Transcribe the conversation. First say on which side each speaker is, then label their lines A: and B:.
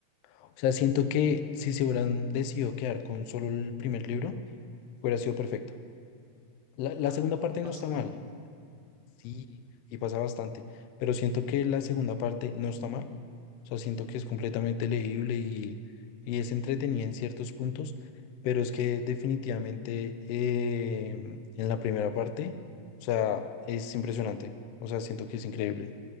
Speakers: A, on the left; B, on the right.
A: O sea, siento que si se hubieran decidido quedar con solo el primer libro, hubiera sido perfecto. La, la
B: Ah,
A: segunda parte
B: pasa,
A: no está mal,
B: ¿no?
A: sí, y pasa bastante, pero siento que la segunda parte no está mal. O sea, siento que es completamente leíble y, y es entretenida en ciertos puntos, pero es que definitivamente eh, en la primera parte, o sea, es impresionante. O sea, siento que es increíble.